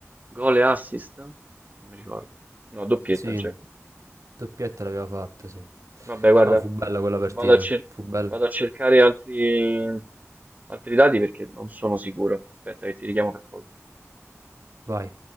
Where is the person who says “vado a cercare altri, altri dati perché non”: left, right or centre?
Right